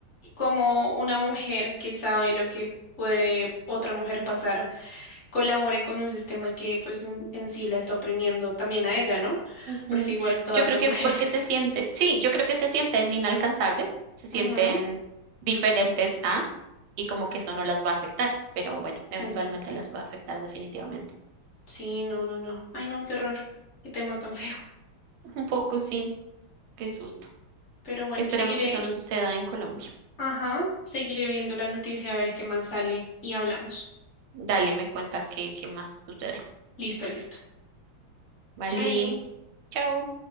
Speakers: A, on the left (about 45°); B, on the right (about 85°).
A: como una mujer que sabe lo que puede otra mujer pasar, colabore con un sistema que pues en, en sí la está oprimiendo también a ella, ¿no?
B: ujú.
A: Porque igual todas
B: Yo creo
A: son
B: que
A: mujeres.
B: porque se siente, sí, yo creo que se sienten inalcanzables, se sienten
A: <laughs> Ujú.
B: diferentes a, y como que eso no las va a afectar, pero bueno, eventualmente
A: Mm.
B: las puede afectar definitivamente.
A: Sí, no, no, no. Ay, no, qué horror. Qué tema tan feo.
B: Un poco sí, qué susto.
A: Pero bueno,
B: Esperemos
A: seguiré,
B: que eso no suceda en Colombia.
A: ajá, seguiré viendo la noticia a ver qué más sale y hablamos.
B: Dale, me cuentas qué, qué más sucede.
A: Listo, listo.
B: Vale,
A: Chai.
B: chao.